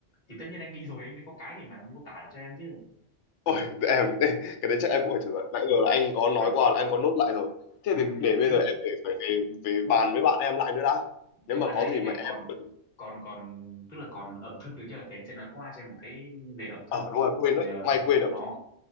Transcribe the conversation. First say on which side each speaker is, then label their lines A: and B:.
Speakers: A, on the left; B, on the left.
A: thì tất nhiên anh đi rồi anh mới có cái để mà mô tả lại cho em chứ
B: Ôi, để em <laughs> để, cái đấy chắc em cũng phải thử rồi. Nãy giờ là anh có nói
A: Ờ,
B: qua là em có nốt lại rồi. Thế
A: ừ,
B: thì
A: thì
B: để
A: đấy
B: bây giờ em phải phải về về bàn với bạn em lại nữa đã.
A: nhưng
B: Nếu mà
A: mà
B: có
A: đây này
B: gì
A: này,
B: mà em
A: còn còn còn tức là còn ẩm thực được chưa thì anh sẽ nói qua cho em một cái về ẩm
B: ờ
A: thực
B: đúng rồi quên
A: thì
B: đấy,
A: ờ,
B: may quên được.
A: nó